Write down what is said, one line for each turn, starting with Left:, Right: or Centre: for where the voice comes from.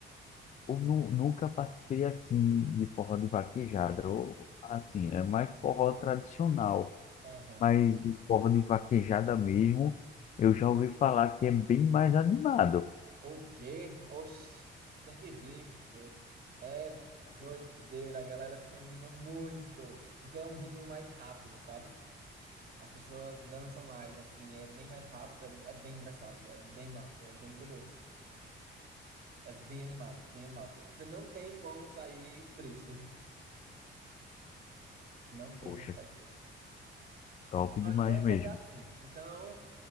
Left: eu nu- nunca participei assim de forró de vaquejada. Eu, assim, é mais forró tradicional.
Right: Aham.
Left: Mas de forró de vaquejada mesmo, eu já ouvi falar que é bem mais animado.
Right: O quê? Oxe, você tem que vir, ver. É doideira, a galera se anima muito. Porque é um ritmo mais rápido, sabe? As pessoas dançam mais, assim, é bem mais rápido, é, é bem engraçado, é bem massa, é bem curioso. É bem animado, bem animado. Você você não tem como sair triste. Não tem
Left: Poxa,
Right: como sair triste.
Left: top demais
Right: Ó, Então vamos
Left: mesmo.
Right: fazer assim. Então,